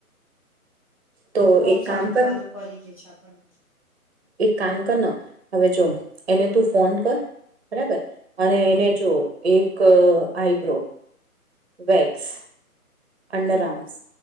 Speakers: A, on the right; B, on the left.
A: તો
B: બહુ
A: એક
B: સારું
A: કામ કર
B: સારું કરી દે છે આપણને.
A: એક કામ કર ના હવે જો એને તું ફોન કર બરાબર.
B: હમ
A: અને એને જોવ એક આઈબ્રો વેક્સ અંડર
B: હમ
A: આર્મ્સ